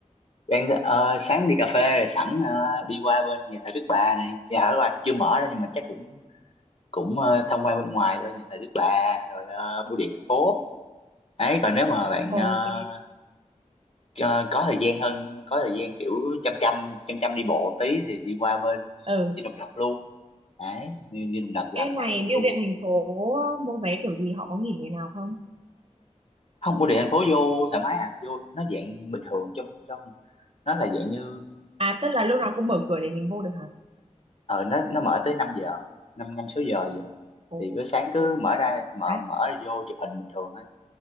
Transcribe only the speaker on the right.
ok
ừ
em
này
bưu
điện thành phố mua vé kiểu gì họ có nghỉ ngày nào không
à tức là lúc nào cũng mở cửa để mình vô được hả
ồ
ồ,
đấy